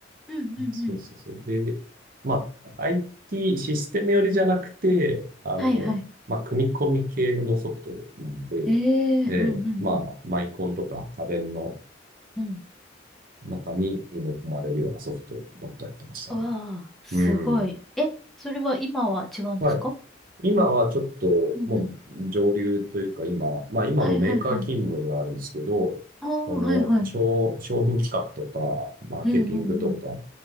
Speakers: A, in the centre; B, on the right.
A: うんうんうん。
B: そうそうそう。で、まあ、IT システム寄りじゃなくて、あの、
A: はいはい。
B: まあ、組み込み系のソフトなので、
A: え
B: ええ、
A: えうんうん
B: まあ、マイコンとか家電の
A: うん。うん。
B: 中に埋め込まれるようなソフトばっかやってましたね。
A: わあ、すごい。
B: うん。
A: え、それは今は違うんですか
B: はい今はちょっともう上流というか今、
A: うんうん。
B: まあ今もメーカー勤務ではあるんですけど、
A: はいはいはい。ああ、
B: その商、
A: はいはい。
B: 商品企画とか、マーケティングとか、
A: うんうんうん。